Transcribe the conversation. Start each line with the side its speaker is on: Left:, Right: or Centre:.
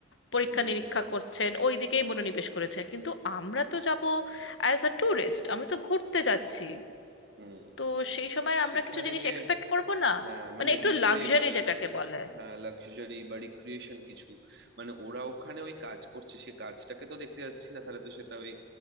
Left: পরীক্ষা
Right: হুম
Left: নিরীক্ষা করছেন ওই দিকেই মনোনিবেশ করেছেন কিন্তু আমরা তো যাব অ্যাজ আ ট্যুরিস্ট আমরা তো ঘুরতে যাচ্ছি
Right: হুম
Left: তো সেই সময় আমরা
Right: সেখানে
Left: কিছু জিনিস
Right: গিয়ে
Left: এক্সপেক্ট করব না
Right: হ্যাঁ
Left: মানে
Right: মানে
Left: একটু
Right: রিক্রিয়েশন
Left: লাক্সারি যেটাকে বলে
Right: হ্যাঁ লাক্সারি বা রিক্রিয়েশন কিছু মানে ওরা ওখানে ওই কাজ করছে সে কাজটাকে তো দেখতে যাচ্ছি না তাহলে তো সেটা ওই